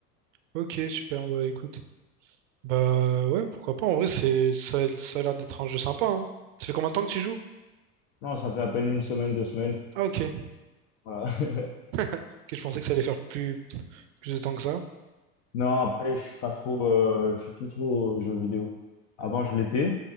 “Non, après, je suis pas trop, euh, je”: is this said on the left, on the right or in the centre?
Left